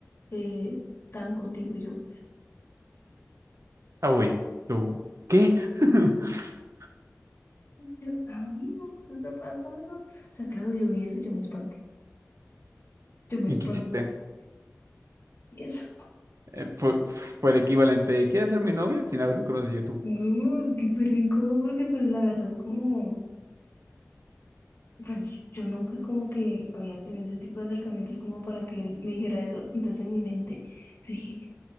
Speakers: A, on the left; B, on the right.
A: eh, tan contigo, y yo,
B: Ah, Uy, tú. ¿Qué? <laughs>
A: yo, amigo, ¿qué está pasando? O sea, claro, yo vi eso, yo me espanté, yo me
B: ¿Y
A: espanté,
B: qué hiciste?
A: y eso.
B: Eh, fue, fue el equivalente de, ¿quieres ser mi novia? Sin haberse conocido tú.
A: No, es que fue re incómodo porque pues la verdad es como, pues yo nunca como que había tenido ese tipo de acercamientos como para que él me dijera eso, entonces en mi mente yo dije,